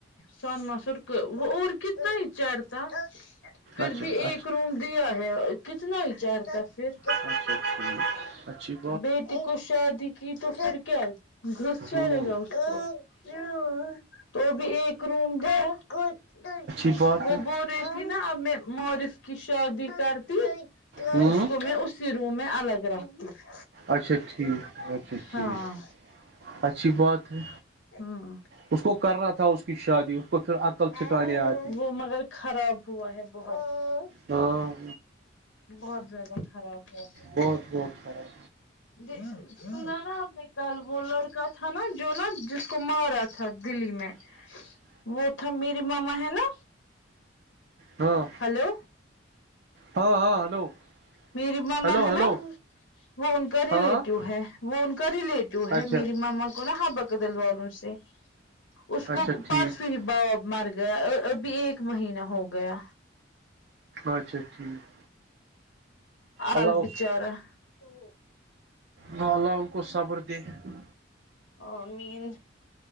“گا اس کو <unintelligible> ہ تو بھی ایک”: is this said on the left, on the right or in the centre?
Left